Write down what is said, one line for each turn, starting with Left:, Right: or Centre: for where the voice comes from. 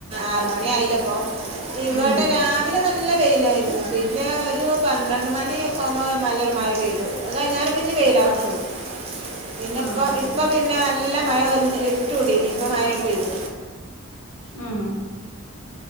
Right: ആറ മണി ആയില്ല അപ്പൊ ഇവിടെ
Left: ഉം
Right: രാവിലെ നല്ല പെയിലായിരുന്നു മൂട്ടീറെ ഒരു പന്ത്രണ്ട് മണിക്കകുമ്പോൾ നല്ലൊരു മഴ പെയ്തു അതായ ഞാൻ <unintelligible>
Left: ആഹ് ആഹ്
Right: നല്ല മഴ വന്ന് ഇര്ട്ടൂടിനി ഇപ്പം മഴ പെയ്‌തു
Left: ഉം